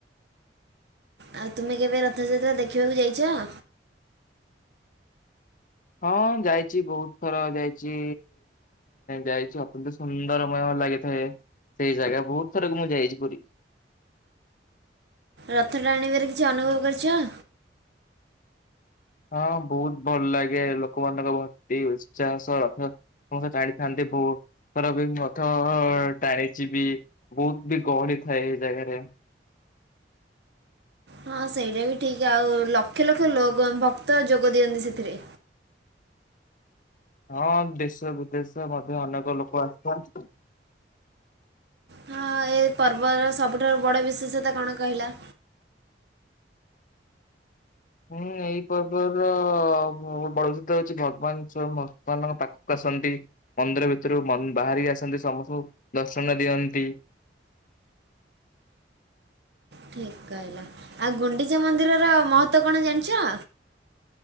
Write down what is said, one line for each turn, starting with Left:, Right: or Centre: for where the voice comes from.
Right: ଆଉ ତୁମେ କେବେ ରଥଯାତ୍ରା ଦେଖିବାକୁ ଯାଇଚ?
Left: ହଁ ଯାଇଚି ବହୁତ୍ ଥର ଯାଇଚି ଯାଇଚି ଅତ୍ୟନ୍ତ ସୁନ୍ଦରମୟ ଲାଗିଥାଏ ସେଇ ଜାଗା ବହୁତ୍ ଥରକୁ ମୁଁ ଯାଇଚି ପୁରୀ।
Right: ରଥ ଟାଣିବାର କିଛି ଅନୁଭବ କରିଚ?
Left: ହଁ ବହୁତ୍ ଭଲ ଲାଗେ ଲୋକମାନଙ୍କ ଭକ୍ତି ଉତ୍ସାହ ସହ ରଥ ମୁତ ଜାଣି <unintelligible> ବୋ ତାଙ୍କରର ବି ରଥ ଟାଣିଛି ବି ବହୁତ ବି ଗହଳି ଥାଏ ଏଇ ଜାଗାରେ।
Right: ହଁ ସେଇଟା ବି ଠିକ। ଆଉ ଲକ୍ଷ ଲକ୍ଷ ଲୋକ ଭକ୍ତ ଯୋଗ ଦିଅନ୍ତି ସେଥିରେ।
Left: ହଁ ଦେଶ ବିଦେଶ ମଧ୍ୟ ଅନେକ ଲୋକ ଆସିଥାନ୍ତି।
Right: ହଁ ଏ ପର୍ବର ସବୁଠାରୁ ବଡ ବିଶେଷତା କଣ କହିଲ?
Left: ହୁଁ ଏଇ ପର୍ବ ର ବଡ଼ ବିଶେଷତା ହଉଛି ଭଗବାନ ସ୍ୱୟଂ ଭକ୍ତମାନଙ୍କ ପାଖକୁ ଆସନ୍ତି। ମନ୍ଦିର ଭିତରୁ ବାହାରିକି ଆସନ୍ତି ସମସ୍ତଙ୍କୁ ଦର୍ଶନ ଦିଅନ୍ତି।
Right: ଠିକ୍ କହିଲ, ଆଉ ଗୁଣ୍ଡିଚା ମନ୍ଦିରର ମହତ୍ତ୍ଵ କଣ ଜାଣିଛ?